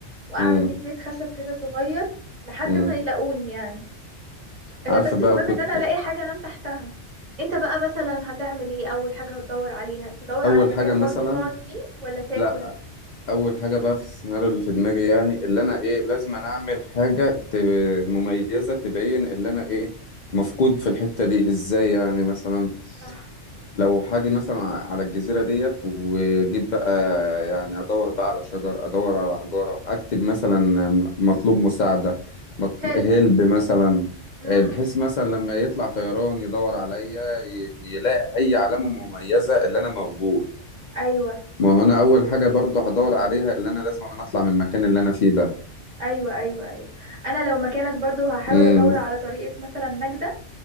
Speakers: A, on the right; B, on the left.
A: وأعمل
B: مم.
A: بيه بيت خشب كده صغير لحد
B: مم.
A: ما يلاقوني يعني آه،
B: عارفة
A: بس
B: بقى
A: المهم
B: وكنت
A: ان انا الاقي حاجه انام تحتها انت بقى مثلا هتعمل ايه اول حاجه هتدور عليها تدور
B: أول
A: على مكان
B: حاجة مثلا
A: برضو تقعد فيه ولا تاكل
B: لا اول حاجه بقى في السيناريو اللي في دماغي يعني اللي انا ايه لازم أنا اعمل حاجه تب- مميزه تبين اللي انا ايه مفقود في الحته دي ازاي يعني مثلا
A: صح
B: لو حاجه مثلا على الجزيره ديت واجيب بقى يعني ادور بقى على شجر ادور على حجاره اكتب مثلا مطلوب مساعده مطل-
A: هيلب
B: هلب مثلا
A: امم
B: آه، بحيث مثلا لما يطلع طيران يدور عليا ي- يلاقي اي علامه مميزه اللي انا موجود
A: ايوه
B: ما هو انا اول حاجه برضو هدور عليها اللي انا لازم أنا اطلع من المكان اللي انا فيه ده
A: ايوه ايوه ايوه انا لو مكانك برضو هحاول
B: امم
A: ادور على طريقه مثلا نجده